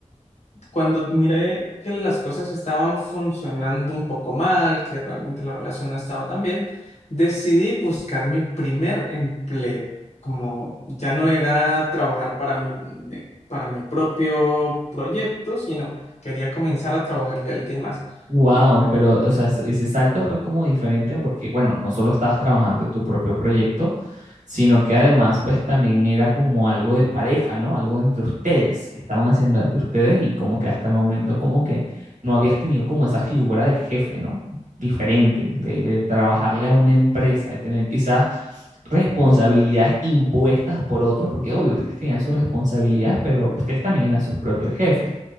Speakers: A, on the left; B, on the right.
A: cuando miré que las cosas estaban funcionando un poco mal, que realmente la relación no estaba tan bien, decidí buscar mi primer empleo. Como ya no era trabajar para mi, eh, para mi propio proyecto, sino quería comenzar a trabajarle a alguien más.
B: Wow,
A: Y
B: pero o sea, ese ese salto fue como diferente porque, bueno, no solo estabas trabajando en tu propio proyecto, sino que además, pues también era como algo de pareja, ¿no? Algo entre ustedes, que estaban haciendo entre ustedes y como que hasta el momento como que no habías tenido como esa figura de jefe, ¿no? Diferente, de, de trabajarle a una empresa, de tener quizás responsabilidades impuestas por otros, porque obvio, ustedes tenían sus responsabilidades, pero ustedes también eran sus propios jefes.